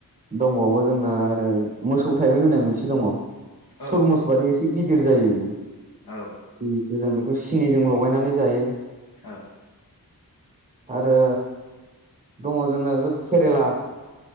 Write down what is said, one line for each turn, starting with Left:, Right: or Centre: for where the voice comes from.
Right: दंबावो जोंना ओरै मोसौ थाइबें होननाय मोनसे दङ
Left: औ
Right: थरमुस
Left: औ
Right: बादै एसे गिदिर जायो बेयाव
Left: औ
Right: जिथ' जों बेखौ सिनिजों लगायनानै जायो
Left: औ
Right: आरो दङ जोंना बे केरेला